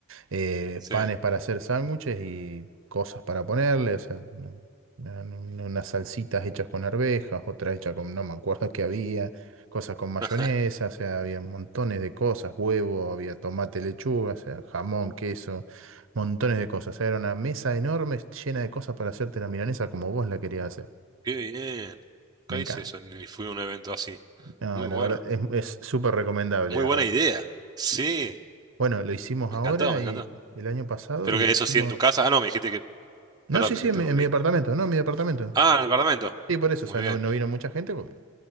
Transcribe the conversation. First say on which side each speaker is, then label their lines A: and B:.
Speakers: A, on the right (about 60°); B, on the right (about 20°).
A: eh,
B: Sí.
A: panes para hacer sándwiches y cosas para ponerle, o sea, una- una- una- unas salsitas hechas con arvejas, otras hechas con, no me acuerdo qué había, cosas con mayonesa,
B: <laughs>
A: o sea, había montones de cosas, huevo, había tomate, lechuga, o sea, jamón, queso, montones de cosas, o sea, era una mesa enorme llena de cosas para hacerte la milanesa como vos la querías hacer.
B: Qué bien. Nunca
A: Me encanta.
B: hice eso, ni fui a un evento así.
A: No,
B: Muy bueno.
A: la verdad es es súper recomendable.
B: Muy
A: Ah,
B: buena idea. Sí,
A: Bueno, lo hicimos
B: me
A: ahora
B: encantó, me encantó.
A: y el año pasado
B: Pero
A: y
B: que
A: lo
B: eso
A: hicimos.
B: sí en tu casa. Ah, no, me dijiste que.
A: No,
B: Perdón
A: sí,
B: que
A: sí,
B: te interrumpí.
A: en mi, en mi departamento, no, en mi departamento.
B: Ah, en el Parlamento.
A: Sí, por eso,
B: Muy
A: o sea,
B: bien.
A: no, no vino mucha gente. porque